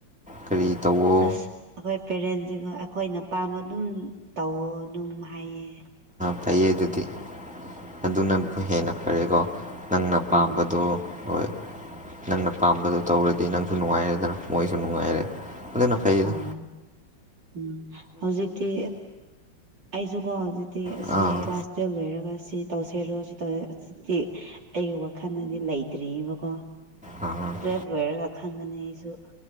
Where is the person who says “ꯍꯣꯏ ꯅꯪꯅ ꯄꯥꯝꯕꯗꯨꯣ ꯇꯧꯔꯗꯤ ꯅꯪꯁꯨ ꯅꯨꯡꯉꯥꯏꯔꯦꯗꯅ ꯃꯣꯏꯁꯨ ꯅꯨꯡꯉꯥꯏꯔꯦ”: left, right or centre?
Centre